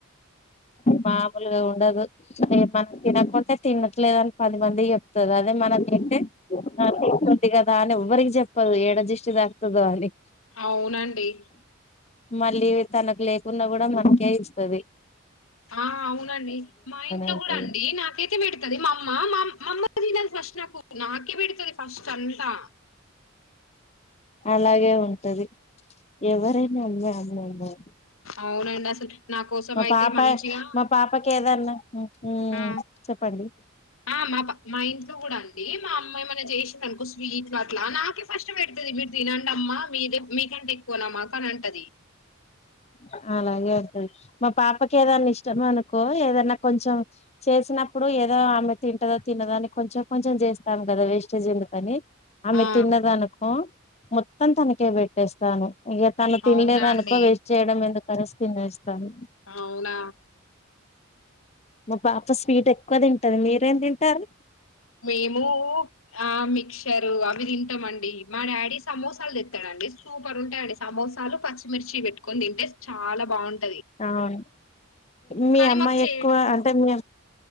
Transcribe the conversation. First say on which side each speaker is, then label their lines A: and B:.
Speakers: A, on the left (about 30°); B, on the left (about 75°).
A: మామూలుగా ఉండదు మనం తినకుంటే తినట్లేదు అని పది మంది చెప్తారు అదే మనం తంటేస్తుంది కదా అని ఎవ్వరికి చెప్పదు ఏడ జిస్టి దా్తుదుో అని
B: అవునండి
A: మళ్ళీ తనకు లేకుడా కూడా మనకే ఇస్తుది
B: ఆ అవునండి మా ఇంట్లో
A: అంటది
B: కూడా అండి నాకైతే పెడుతుంది మా అమ్మ మామ ఫస్ట్ నాకు నాకే బడతది ఫస్ట్ అంతా
A: అలాగే ఉంటది ఎవరైనా అమ్మాే అమ్మ ఉన్నారు
B: అవునుంట అసలు నా కోసం అయితే
A: పాప
B: మంచిగా
A: మా పాపకి ఏదన్నా ఉమ్
B: ఆ
A: చెప్పండి
B: ఆ మా మా ఇంట్లో కూడా అ మా అమ్మాయి మమన్నా చేసేందినుకో స్వీట్ లో అట్లా నాకే ఫస్ట్ పెడుతుది మీరు తినండి అమ్మా మీదే మీకంటే పోనమాక అని అంటది
A: అ అలాగే వతుంది మా పాపకి ఏదన్నా ఇష్టం అనుకో ఏదన్నా కొంచెం చేసినప్పుడు ఇప్పుడు ఏదో ఆమె తింటదా తినదా అని కొంచెం కొంచెం చేస్తాం కదా వేస్టేజ్ ఎందుకని ఆమె
B: ఆ
A: తిన్నదనుకో మొత్తం తనకే పెట్టేస్తాను ఇక తను తినలేదానుకో
B: అవునా అండి
A: ఒక్క వేస్ట్ చేయడం ఎద కలిసి తినేస్తాను
B: అవునా
A: మా పాప స్వీట్ ఎక్కువ తింటది మీరేం తింటారు
B: మేము ఆ మిచర్ అవి తిమండి మా డాడీ సమోసాలు తెస్తాడండి సూపర్ ఉంటా సమోసాలు పచ్చిమిర్చి పెట్టుకని తింటే చాలా బాగుంటంది
A: అవును మీ
B: కానీ
A: అమ్మాయి
B: మాకు చేయడం
A: ఎక్కువ అంటే మీ